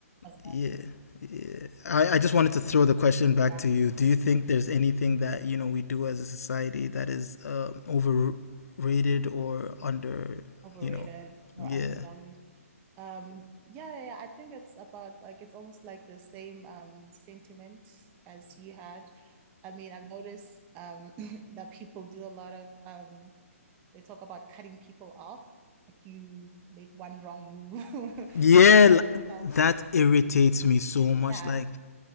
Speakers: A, on the right; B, on the left.
A: as well.
B: Yeah. yeah. I, I just wanted to throw the question back
A: Yeah,
B: to you. Do you think there's anything that you know we do as a society that is um, overrated or under?
A: overrated
B: You know,
A: or
B: yeah,
A: undervalued. Um, yeah, yeah, yeah, I think it's about like it's almost like the same um sentiment as you had. I mean, I've noticed um <clears throat> that people do a lot of um they talk about cutting people off. Like you make one wrong move,
B: yeah.
A: <laughs> like the cancel culture.
B: That irritates me so much.
A: Yeah,
B: Like